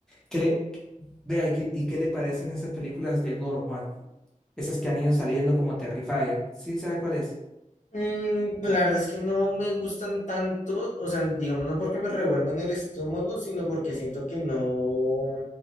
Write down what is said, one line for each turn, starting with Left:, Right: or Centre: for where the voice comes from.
Centre: ¿Qué le, qué- vea, ¿y qué, y qué le parecen esas películas de gore, Juan? Esas que han ido saliendo como Terrifier. ¿Sí sabe cuál es?
Left: Mm, pues la verdad es que no me gustan tanto, o sea, digamos, no porque me revuelvan el estómago, sino porque siento que no,